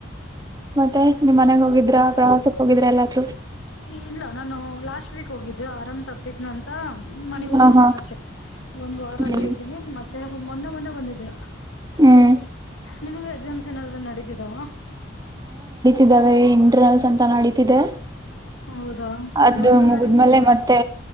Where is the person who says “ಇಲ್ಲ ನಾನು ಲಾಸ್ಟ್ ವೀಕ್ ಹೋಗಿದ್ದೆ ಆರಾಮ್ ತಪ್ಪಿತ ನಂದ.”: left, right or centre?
Left